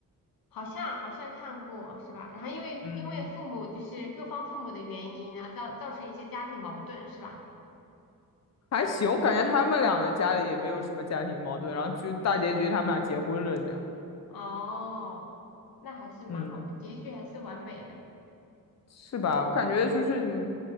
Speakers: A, on the left; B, on the left.
A: 好像好像看过是吧？然后因为因为父母就是各方父母的原因，
B: 嗯，
A: 然后造造成一些家庭矛盾是吧？
B: 还行，
A: 有
B: 我感觉他们俩的家里也没有什么家庭矛盾，然后就大结局他们俩结婚了，这样，
A: 哦，那还是蛮好的，
B: 嗯，
A: 结局还是完美的。
B: 是吧？我感觉就是你，